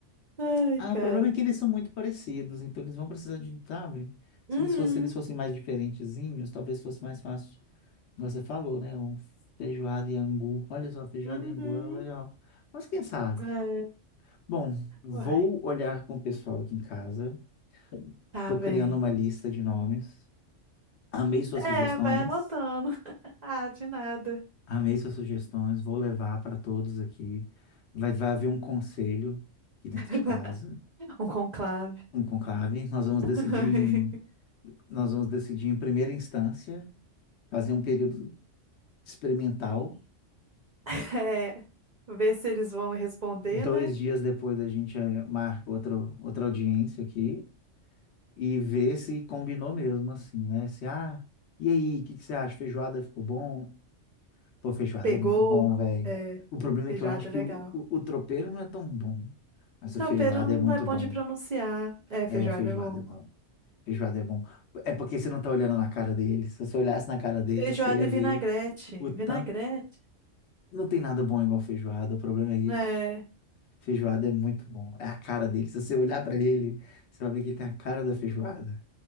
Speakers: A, on the right; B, on the left.
A: Ai,
B: Ah,
A: cara.
B: o problema é que eles são muito parecidos, então eles vão precisar de, sabe?
A: Uhum,
B: Se eles fossem, se eles fossem mais diferentezinhos, talvez fosse mais fácil. Como Você falou, né? Um feijoada e angu. Olha só, feijoada
A: uhum.
B: e angu era legal. Mas quem sabe?
A: É,
B: Bom, vou
A: uai,
B: olhar com o pessoal aqui em casa.
A: tá
B: Estou
A: bem.
B: criando uma lista de nomes. Amei suas
A: É,
B: sugestões.
A: vai anotando. <laughs> Ah, de nada.
B: Amei suas sugestões. Vou levar para todos aqui. Vai, vai haver um conselho aqui dentro
A: <laughs>
B: de casa,
A: Um conclave.
B: um conclave. Nós vamos
A: <laughs>
B: decidir em Nós vamos decidir em primeira instância, fazer um período experimental.
A: <laughs> É, ver se eles vão responder,
B: Dois
A: né?
B: dias depois a gente eh, marca outro, outra audiência aqui e ver se combinou mesmo, assim, né? Se, ah, e aí, o que que você acha? Feijoada ficou bom? Pô, feijoada
A: Pegou,
B: é muito bom, velho.
A: é,
B: O problema
A: feijoada
B: é que eu acho
A: é
B: que
A: legal.
B: o, o, o tropeiro não é tão bom, mas o
A: Tropeiro
B: feijoada
A: não
B: é muito
A: é bom
B: bom.
A: de pronunciar. É,
B: É,
A: feijoada
B: feijoada
A: é bom.
B: é bom. Feijoada é bom. É porque você não tá olhando na cara deles. Se você olhasse na cara deles,
A: Feijoada
B: você ia
A: e
B: ver
A: vinagrete.
B: o tanto
A: Vinagrete?
B: Não tem nada bom igual feijoada, o problema é isso.
A: É.
B: Feijoada é muito bom. É a cara dele. Se você olhar pra ele, você vai ver que ele tem a cara da feijoada.